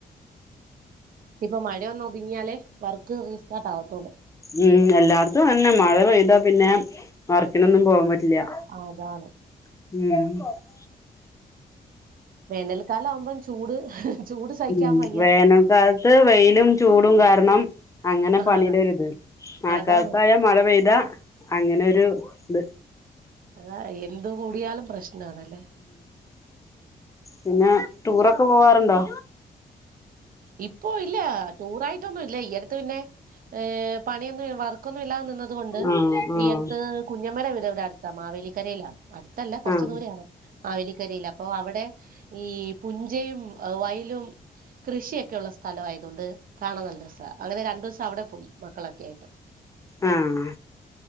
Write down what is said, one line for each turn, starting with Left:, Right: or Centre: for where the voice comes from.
Right: ഇനീപ്പ മഴയൊന്ന് ഒതുങ്ങിയാലേ വർക്ക് റീസ്റ്റാർട്ട് ആവത്തുള്ളൂ
Left: ഉം എല്ലാർത്തും അന്നെ മഴ പെയ്താ പിന്നെ വർക്കിനൊന്നും പോവാൻ പറ്റില്ല.
Right: ആഹ് അതാണ്
Left: <unintelligible>
Right: വേനൽക്കാലം ആവുമ്പം ചൂട് ചൂട് സഹിക്കാൻ
Left: ഉം
Right: വയ്യ
Left: വേനൽക്കാലത്ത് വെയിലും ചൂടും കാരണം അങ്ങനെ പണിയുടെ
Right: അതാ
Left: ഒരിത് മഴക്കാലത്തായാ
Right: അതാണ്
Left: മഴ പെയ്താ അങ്ങനൊരു ത്
Right: അതാ എന്ത് കൂടിയാലും പ്രശ്നാണല്ലേ
Left: പിന്ന ടൂറക്ക പോവാറുണ്ടോ
Right: ഇപ്പൊ ഇല്ല ടൂറായിട്ടൊന്നും ഇല്ല ഈ അടുത്ത് പിന്നെ പണിയൊന്നും വർക്ക് ക്കൊന്നും ഇല്ലാതെ നിന്നത് കൊണ്ട്
Left: ആഹ് ആഹ്
Right: ഈ അടുത്ത് കുഞ്ഞമ്മേര വീട് ഇവിടെ അടുത്താ മാവേലിക്കരയിലാണ് അടുത്തല്ല കൊറച്ച്
Left: ആഹ്
Right: ദൂരെയാണ് മാവേലിക്കരയില് അപ്പൊ അവിടെ ഈ പുഞ്ചയും വയലും കൃഷിയൊക്കെയുള്ള സ്ഥലം ആയതുകൊണ്ട് കാണാൻ നല്ല രസാ അങ്ങനെ രണ്ടു ദിവസം അവിടെ പോയി മക്കളൊക്കെ ആയിട്ട്
Left: ആഹ്